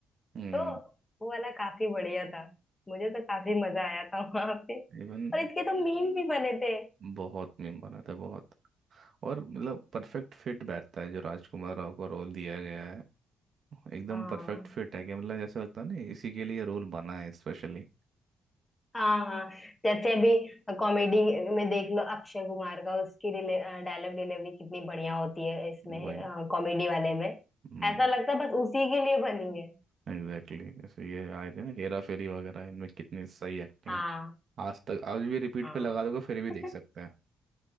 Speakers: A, on the right; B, on the left.
A: हम्म
B: तो वो वाला काफी बढ़िया था मुझे तो काफी मजा आया था वहां पे
A: इवन
B: और इसके तो मीम भी बने थे
A: बहुत मीम बना था बहुत और मतलब परफेक्ट फिट बैठता है जो राजकुमार राव को रोल दिया गया है एकदम
B: हाँ
A: परफेक्ट फिट है कि मतलब जैसे लगता है ना इसी के लिए रोल बना है स्पेशली
B: हाँ हाँ जैसे अभी कॉमेडी में देख लो अक्षय कुमार का उसकी डिले डायलॉग डिलीवरी कितनी बढ़िया होती है इसमें
A: वही
B: कॉमेडी वाले में
A: हम्म
B: ऐसा लगता है बस उसी के लिए बनी है
A: एग्जैक्टली जैसे ये आए थे ना हेरा फेरी वगैरह इनमें कितनी सही एक्टिंग
B: हाँ
A: है आज तक आज भी रिपीट
B: हाँ
A: पे लगा दोगे फिर भी
B: <laughs>
A: देख सकते हैं